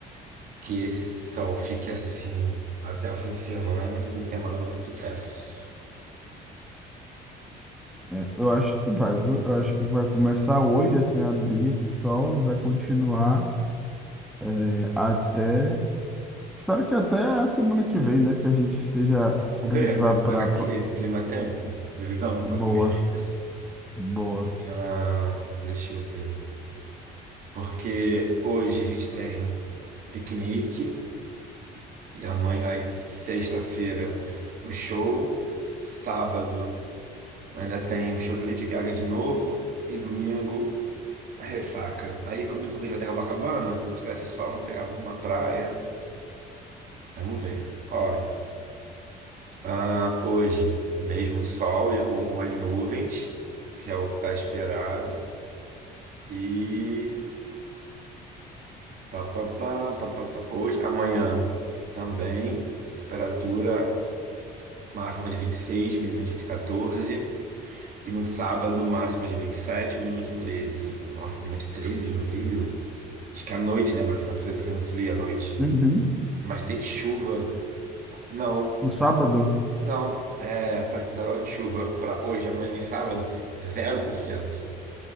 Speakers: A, on the right; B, in the centre.
A: que esse sol fique assim até o fim de semana, fim de semana vai ser um sucesso.
B: É, eu acho que vai, viu? Eu acho que vai começar hoje, assim, a abrir esse sol e vai continuar é, até. Espero que até a semana que vem, né? Que a gente esteja.
A: Vou
B: Que
A: ver
B: a gente
A: como
B: vá
A: é que
B: pra.
A: tá aqui,
B: pra-
A: clima-tempo, previsão dos
B: Boa,
A: próximos dias.
B: boa.
A: Ah, deixa eu ver. Porque hoje a gente tem piquenique. E a mãe, aí sexta-feira o show, sábado ainda tem o show de Lady Gaga de novo e domingo ressaca. Aí como domingo a gente vai ter Copacabana, se tivesse sol, a gente pegava uma praia. Vamos ver. Ó, ah, hoje mesmo sol e com algumas nuvens, que é o que está esperado. E pá, pá, pá, pá, pá, pá. Hoje, amanhã também, temperatura máxima de vinte e seis mínima de 14. E no sábado, máxima de 27, mínima de treze, Nossa, mínima de 13 no Rio? Acho que é à noite, né? Vai ficar fe- havendo frio à noite.
B: Uhum.
A: Mas tem chuva. Não,
B: No sábado?
A: não. É, percentual de chuva para hoje, amanhã e sábado, zero por cento.